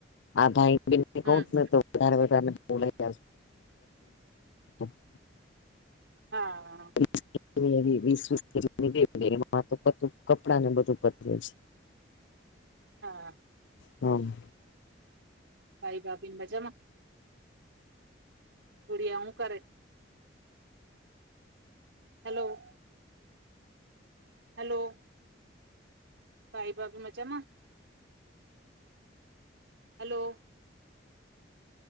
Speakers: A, on the left (about 75°); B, on the right (about 80°).
A: આને
B: હમ
A: તો વધારેારે બોલા <unintelligible>
B: હા.
A: <unintelligible> એમાં તો પતરું કપડા ને બધું પતરું છે.
B: હા.
A: હમ.
B: ભાઈ, બાબી મજામાં. ગુરિયા હું કરે? હેલો. હલો. ભાઈ, ભાભી મજામાં. હલો.